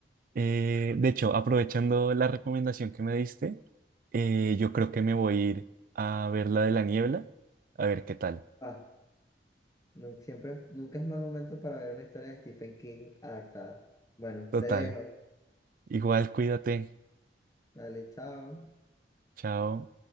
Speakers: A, on the right; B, on the left.
A: eh, de hecho, aprovechando la recomendación que me diste, eh, yo creo que me voy a ir a ver la de la niebla, a ver qué tal.
B: <laughs> Ah, Nu- siempre, nunca es mal momento para ver una historia de Stephen King adaptada. Bueno,
A: Total,
B: te dejo.
A: igual cuídate,
B: Dale, chao.
A: chao.